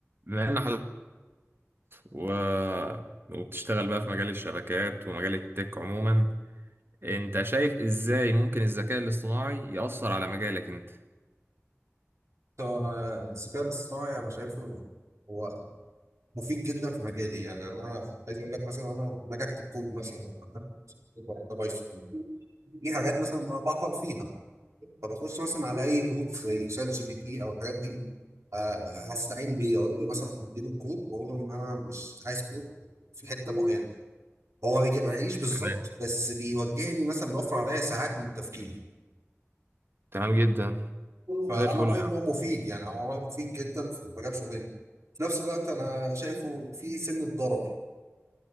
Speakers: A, on the right (about 50°); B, on the right (about 75°).
A: بما ان حضرتك و... وبتشتغل بقى في مجال الشبكات ومجال التك عموما انت شايف ازاي ممكن الذكاء الاصطناعي يأثر على مجالك انت
B: هو انا الذكاء الاصطناعي انا شايفه هو مفيد جدا في مجالي يعني انا عايز اقول لك مثلا انا لما باجي اكتب كود مثلا انا بايثون في حاجات مثلا ما بعطل فيها فبخش مثلا على اي بوت زي شات جي بي تي او الحاجات دي آه، هستعين بيه اقول له مثلا اديله الكود واقول له ان انا مش عايز كود في حته معينه هو ما بيجيبهاليش بالظبط
A: تمام
B: بس بيوجهني مثلا بيوفر عليا ساعات من التفكير
A: تمام جدا
B: فانا
A: زي الفل
B: رايي
A: يا
B: ان
A: عم
B: هو مفيد يعني هو رايي مفيد جدا في مجال شغلنا في نفس الوقت انا شايفه في سنه ضرر